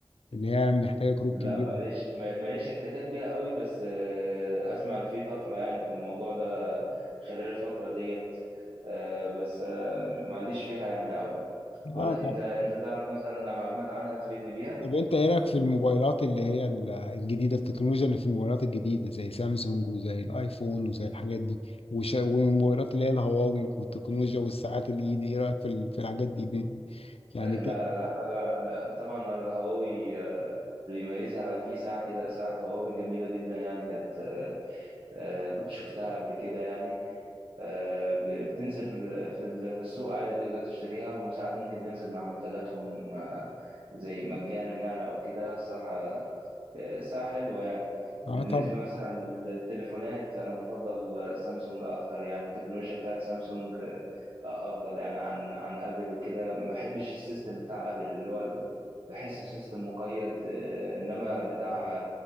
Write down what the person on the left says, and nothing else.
اللي هي محتاجه كروت
كبيره
اه
طب انت ايه رايك في الموبايلات اللي هي ال- الجديده التكنولوجيا اللي في الموبايلات الجديده زي سامسونج وزي الايفون وزي الحاجات دي وش... والموبايلات اللي هي الهواوي والتكنولوجيا والساعات الايد ايه رايك في ال... في الحاجات دي بي- يعني
ك...
اه
طبعا